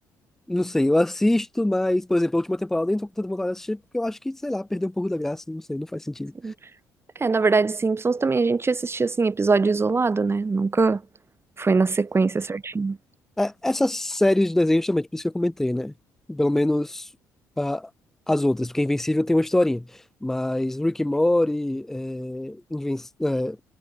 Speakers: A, in the centre; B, on the right.
A: Não sei, eu assisto, mas, por exemplo, a última temporada eu nem tô com tanta vontade de assistir porque eu acho que, sei lá, perdeu um pouco da graça, não sei, não faz sentido.
B: sim. É, na verdade, Simpsons também a gente assistia, assim, episódio isolado, né? Nunca foi na sequência certinho.
A: É, essas séries de desenhos também, por isso que eu comentei, né? Pelo menos ah, as outras, porque Invencível tem uma historinha. Mas Rick and Morty, é, Inven- é,